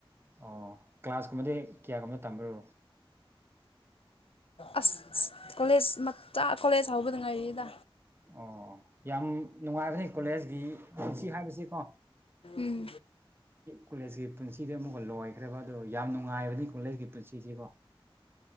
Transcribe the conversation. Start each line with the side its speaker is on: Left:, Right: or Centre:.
Right: ꯑꯣ ꯀ꯭ꯂꯥꯁꯀꯨꯝꯕꯗꯤ ꯀꯌꯥ ꯀꯨꯝꯕ ꯇꯝꯕ꯭ꯔꯣ꯫
Left: ꯑꯁ ꯀꯣꯂꯦꯖ ꯃꯆꯥ ꯀꯣꯂꯦꯖ ꯍꯧꯕꯗ ꯉꯥꯏꯔꯤꯗ꯫
Right: ꯑꯣ ꯌꯥꯝ ꯅꯨꯡꯉꯥꯏꯕꯅꯤ ꯀꯣꯂꯦꯖꯀꯤꯁꯤ ꯍꯥꯏꯕꯁꯤꯀꯣ꯫
Left: ꯎꯝ
Right: ꯀꯣꯂꯦꯖꯀꯤ ꯄꯨꯟꯁꯤꯗꯤ ꯑꯃꯨꯛꯀ ꯂꯣꯏꯈ꯭ꯔꯕ ꯑꯗꯣ ꯌꯥꯝ ꯅꯨꯡꯉꯥꯏꯕꯅꯤ ꯀꯣꯂꯦꯖꯀꯤ ꯄꯨꯟꯁꯤꯁꯤꯀꯣ꯫